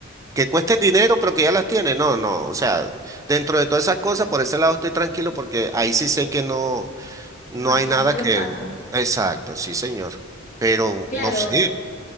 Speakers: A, on the right; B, on the left.
A: que cuesten dinero, pero que ya las tiene. No, no. O sea, dentro de todas esas cosas, por ese lado estoy tranquilo porque ahí sí sé que no, no
B: no está
A: hay nada
B: en malos
A: que.
B: pasos.
A: Exacto, sí, señor. Pero
B: Claro,
A: no sé.